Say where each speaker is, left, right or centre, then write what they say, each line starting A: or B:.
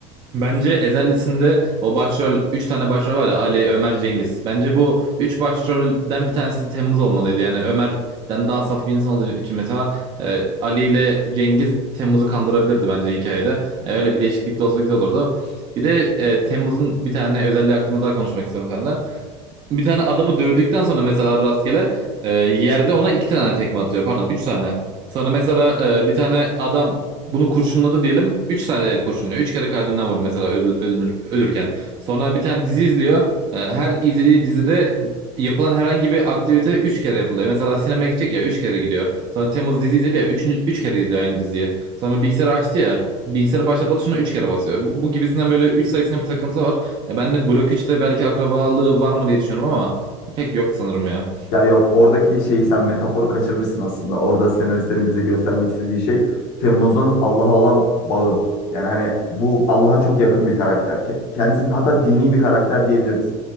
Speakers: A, on the right; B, on the left.
A: Bence Ezellisinde o başrol 3 tane başrol var ya Ali, Ömer, Cengiz. Bence bu 3 başrolden bir tanesi Temmuz olmalıydı. Yani Ömer'den daha saf bir insan olduğu için mesela e, Ali ile Cengiz Temmuz'u kandırabilirdi bence hikayede. E, öyle bir değişiklik de olsa güzel olurdu. Bir de e, Temmuz'un bir tane özelliği hakkında daha konuşmak istiyorum seninle bir tane adamı dövdükten sonra mesela rastgele e, yerde ona iki tane tekme atıyor. Pardon üç tane. Sana mesela e, bir tane adam bunu kurşunladı diyelim. Üç tane kurşunluyor. Üç kere kalbinden vurdu mesela ölü- ölünür- ölürken. Sonra bir tane dizi izliyor. E, her izlediği dizide yapılan herhangi bir aktivite üç kere yapılıyor. Mesela sinemaya gidecek ya üç kere gidiyor. Sonra Temmuz dizi izledi ya üçüncü, üç kere izliyor aynı diziyi. Sonra bilgisayarı açtı ya bilgisayarı başlatma tuşuna üç kere basıyor. Bu, bu gibisinden böyle üç sayısına bir takıntı var. Ya ben de Blok 3'te belki akrabalığı var mı diye düşünüyorum ama pek yok sanırım ya.
B: Ya yok oradaki şeyi sen metaforu kaçırmışsın aslında. Orada senaristlerin bize göstermek istediği şey Temmuz'un Allah'a olan bağı. Yani hani bu Allah'a çok yakın bir karakter. Ke- Kendisi hatta dini bir karakter diyebiliriz.